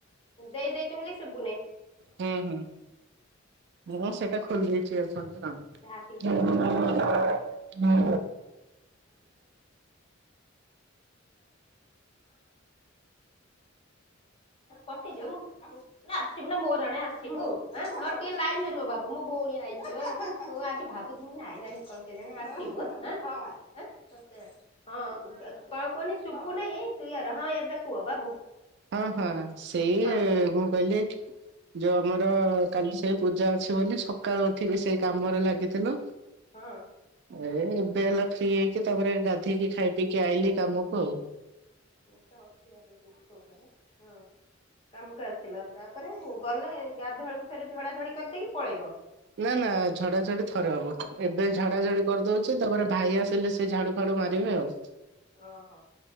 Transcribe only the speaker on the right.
ହୁଁ ହୁଁ ମୁଁ
ପା ସେଟା ଖୋଲଦେଇଚି ଇୟର ଫୋନ ଟା
<inaudible>
ହଁ ହଁ ସେଇ
ମୁଁ କହିଲି ଯୋଉ ଆମ ର କାଲି ସେଇ ପୂଜା ଅଛି ବୋଲି ସକାଳୁ ଉଠିକି ସେଇ କାମରେ ଲାଗିଥିଲୁ
ଏ ଏବେ ହେଲା ଫ୍ରି ହେଇକି ତାପରେ ଗାଧେଇକି ଖାଇ ପିଇକି ଆଇଲି କାମକୁ ଆଉ।
ନା ନା ଝଡା ଝଡି ଥରେ ହବ ଏବେ ଝଡା ଝଡି କରିଦଉଚି ତାପରେ ଭାଇ ଆସିଲେ ସେ ଝାଡ଼ୁ ଫାଡ଼ୁ ଡୁ ମାରିବେ ଆଉ।